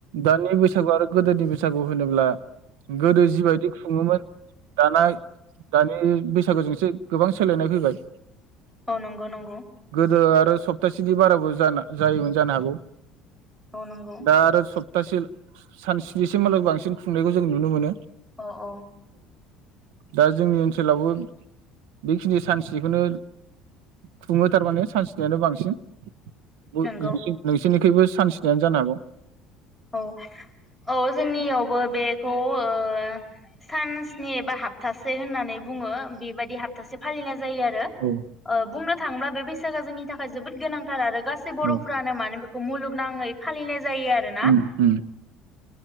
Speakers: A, on the right; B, in the centre.
A: दानि बैसागु आरो गोदोनि बैसा सागु होनोब्ला गोदो जिबायदि खुङोमोन दाना दानि बैसागुजों एसे गोबां सोलायनाय फैबाय।
B: औ नंगौ नंगौ।
A: गोदो सप्तासेनि बाराबो जानो जायोमोन जानो हागौ।
B: औ नंगौ।
A: दा आरो सप्तासे सान स्निसिमहालागै बांसिन खुंनायखौ जों नुनो मोनो।
B: अ औ।
A: दा जोंनि ओनसोलावबो बेखिनि सानस्निखौनो खुङो थारमाने सानस्नियानो बांसिन। <unintelligible>
B: नंगौ
A: <unintelligible> सानस्नियानो जानो हागौ।
B: औ औ जोंनियावबो बे खौ ओ सानस्नि एबा हाबथा से होननानै बुङो बेबायदि हाब्थासे फालिनाय जायो आरो
A: औ
B: ओ बुंनो थांब्ला बे बैसागोआ जोंनि थाखाय जोबोद गोनांथार आरो। गासै बर'फ्रानो
A: औ
B: मानो मुलुगनाङै फालिनाय जायो आरो ना।
A: उम उम।